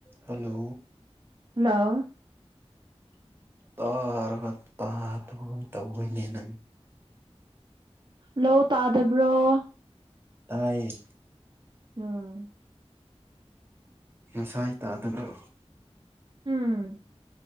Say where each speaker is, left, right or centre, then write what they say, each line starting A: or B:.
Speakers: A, on the right; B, on the right.
A: hello
B: hello
A: ꯇꯥꯔꯒ ꯇꯥꯗꯕꯒꯨꯝ ꯇꯧꯋꯣꯏꯅꯦ ꯅꯪ
B: ꯂꯧ ꯇꯥꯗꯕ꯭ꯔꯣ
A: ꯇꯥꯏ
B: ꯎꯝ
A: ꯉꯁꯥꯏ ꯇꯥꯗꯕ꯭ꯔꯣ
B: ꯎꯝ